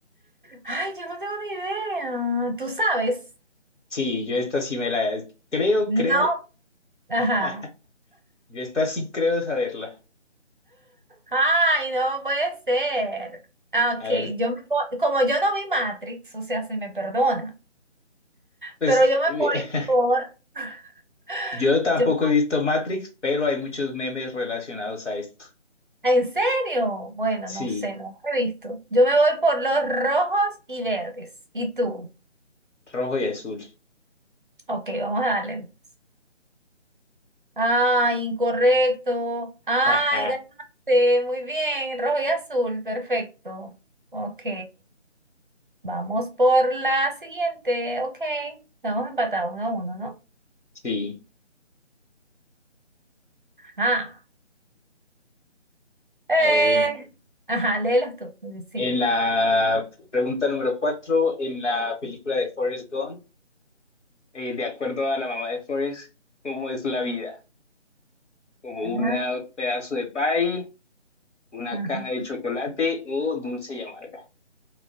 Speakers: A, on the right; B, on the left.
A: Ay, yo no tengo ni idea. ¿Tú sabes?
B: Sí, yo esta sí me la creo,
A: No.
B: creo.
A: Ajá.
B: <laughs> Yo esta sí creo saberla.
A: Ay, no puede ser. Ah, Ok,
B: A ver,
A: yo me voy- como yo no vi Matrix, o sea, se me perdona,
B: pues
A: pero yo me
B: <laughs>
A: voy por... <laughs>
B: yo tampoco
A: yo-
B: he visto Matrix, pero hay muchos memes relacionados a esto.
A: ¿En serio? Bueno,
B: Sí.
A: no sé, no lo he visto. Yo me voy por los rojos y verdes. ¿Y tú?
B: Rojo y azul. <laughs>
A: Ok, vamos a darle. entonces. Ay, incorrecto. Ay,
B: Jaja,
A: ganaste. Muy bien, rojo y azul, perfecto. Ok. Vamos por la siguiente. Ok. Estamos empatados uno a uno, ¿no?
B: sí.
A: Ajá. Eh,
B: A ver, en,
A: ajá, léelos tú. Sigue.
B: en la pregunta número cuatro, en la película de Forrest Gump, eh, de acuerdo a la mamá de Forrest, ¿cómo es la vida? ¿Como
A: Ah,
B: un pedazo de pie, una
A: ajá.
B: caja de chocolate o dulce y amarga?